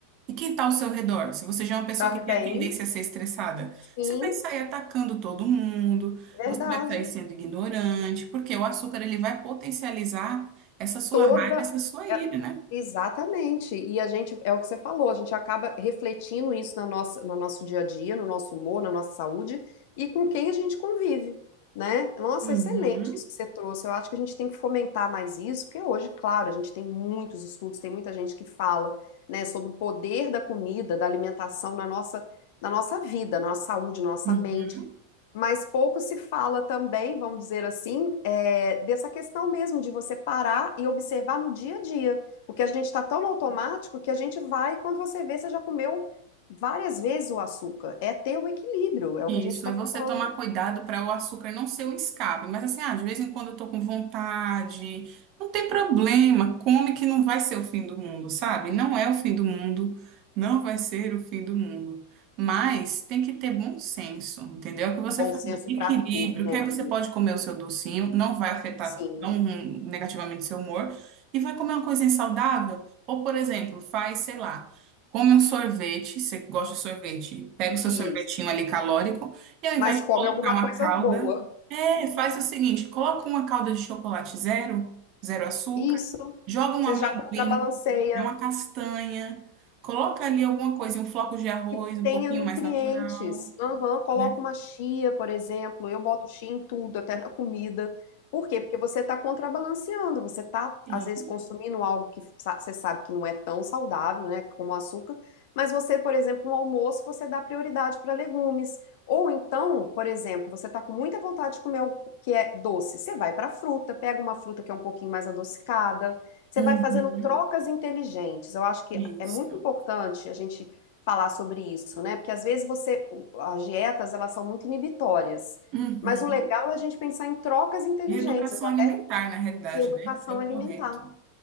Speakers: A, on the right (about 40°); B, on the left (about 50°).
A: e quem está ao seu redor? Se você já é uma pessoa
B: Prove
A: que tem
B: bem,
A: a tendência a ser estressada,
B: sim,
A: você vai sair atacando todo mundo,
B: verdade.
A: você vai sair sendo ignorante, porque o açúcar ele vai potencializar essa sua
B: Toda.
A: raiva, essa sua ira,
B: é-
A: né?
B: Exatamente. E a gente, é o que você falou, a gente acaba refletindo isso na nossa, no nosso dia a dia, no nosso humor, na nossa saúde e com quem a gente convive, né? Nossa,
A: Uhum.
B: excelente isso que você trouxe. Eu acho que a gente tem que fomentar mais isso, porque hoje, claro, a gente tem muitos estudos, tem muita gente que fala, né, sobre o poder da comida, da alimentação na nossa, na nossa vida, na nossa saúde, na nossa
A: Uhum.
B: mente. Mas pouco se fala também, vamos dizer assim, é, dessa questão mesmo de você parar e observar no dia a dia. Porque a gente está tão no automático que a gente vai, quando você vê, você já comeu várias vezes o açúcar. É ter o equilíbrio, é o
A: Isso,
B: que a gente está
A: é você
B: falando.
A: tomar cuidado para o açúcar não ser um escape. Mas assim, ah, de vez em quando eu tô com vontade, não tem problema, come que não vai ser o fim do mundo, sabe? Não é o fim do mundo, não vai ser o fim do mundo. Mas tem que ter bom senso, entendeu? É o que você
B: Bom
A: falou,
B: senso
A: equilíbrio,
B: para tudo, né,
A: que aí
B: Bia?
A: você pode comer o seu docinho, não vai afetar
B: Sim,
A: tão negativamente seu humor, e vai comer uma coisinha saudável, ou, por exemplo, faz, sei lá. Come um sorvete, você gosta de sorvete, pega o seu
B: isso.
A: sorvetinho ali calórico e ao invés
B: Mas
A: de
B: come
A: colocar
B: alguma
A: uma
B: coisa
A: calda,
B: boa.
A: é, faz o seguinte, coloca uma calda de chocolate zero, zero açúcar,
B: Isso.
A: joga um
B: Você
A: amendoim,
B: já contrabalanceia.
A: né, uma castanha, coloca ali alguma coisa, um floco de arroz,
B: que
A: um
B: tenha
A: pouquinho
B: nutrientes.
A: mais natural,
B: Aham, coloca
A: né?
B: uma chia, por exemplo. Eu boto chia em tudo, até na comida. Por quê? Porque você está contrabalanceando. Você está,
A: E-
B: às vezes, consumindo algo que sa- você sabe que não é tão saudável, né? Como o açúcar. Mas você, por exemplo, no almoço, você dá prioridade para legumes. Ou então, por exemplo, você está com muita vontade de comer algo que é doce. Você vai para fruta, pega uma fruta que é um pouquinho mais adocicada. Você
A: Uhum,
B: vai fazendo trocas inteligentes. Eu acho que
A: isso.
B: é muito importante a gente falar sobre isso, né? Porque às vezes você, as dietas, elas são muito inibitórias.
A: Uhum.
B: Mas o legal é a gente pensar em trocas inteligentes,
A: Reeducação
B: até
A: alimentar, na realidade,
B: em educação
A: né? Que é o
B: alimentar.
A: correto.